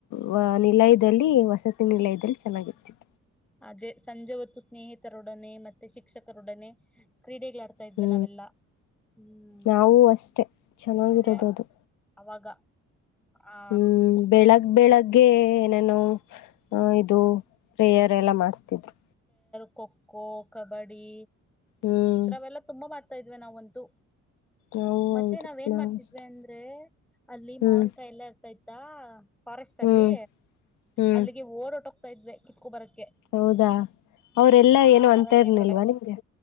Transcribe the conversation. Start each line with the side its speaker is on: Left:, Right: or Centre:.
Left: ವ ನಿಲಯ್ದಲ್ಲಿ ವಸತ್ ನಿಲಯ್ದಲ್ ಚನ್ನಾಗಿತ್ <unintelligible>
Centre: ಅದೇ ಸಂಜೆ ಹೊತ್ತು ಸ್ನೇಹಿತರೊಡನೆ ಮತ್ತೆ ಶಿಕ್ಷಕರೊಡನೆ ಕ್ರೀಡೆಗಳಾಡ್ತಾ ಇದ್ವಿ
Left: ಹ್ಮು,
Centre: ನಾವೆಲ್ಲಾ ಹ್ಮ್
Left: ನಾವು ಅಷ್ಟೆ, ಚನ್ನಾಗಿರೋದ್
Centre: ಅದೇ
Left: ಅದು.
Centre: ಅವಾಗ ಆ
Left: ಹ್ಮೂ ಬೆಳಗ್ ಬೆಳಗ್ಗೆ ಏನೇನೋ ಹಾ ಇದು ಪ್ರೇಯರ್ ಎಲ್ಲ ಮಾಡ್ಸ್ತಿದ್ರು.
Centre: ಕ್ಕೊಕ್ಕೋ ಕಬಡೀ
Left: ಹ್ಮ್
Centre: ಇತರವೆಲ್ಲ ತುಂಬಾ ಮಾಡ್ <unintelligible> ಇದ್ವಿ ನಾವಂತೂ.
Left: ನಾವು
Centre: ಮತ್ತೆ
Left: ಹೌದು
Centre: ನಾವ್ ಏನ್
Left: ನಾವು
Centre: ಮಾಡ್ತಿದ್ವಿ
Left: ಅಷ್ಟೆ
Centre: ಅಂದ್ರೇ ಅಲ್ಲಿ
Left: ಹ್ಮ್
Centre: ಮಾವನ್ಕಾಯ್ ಎಲ್ಲ ಇರ್ ಥೈತಾ. ಫಾರೆಸ್ಟ್ ಅಲ್ಲಿ,
Left: ಹ್ಮ್ ಹ್ಮ್
Centre: ಅಲ್ಲಿಗೆ ಓಡ್ ಒರ್ಟೋ ಪೆದ್ವೆ. ಕುತ್ಕೊ ಬರಟ್
Left: ಹೌದಾ ಅವ್ರೆಲ್ಲಾ ಏನು ಅಂತ
Centre: ಅರಣ್ಯ
Left: ಇರಲಿಲ್ವ
Centre: ಕಡೆ
Left: ನಿಮ್ಗೆ?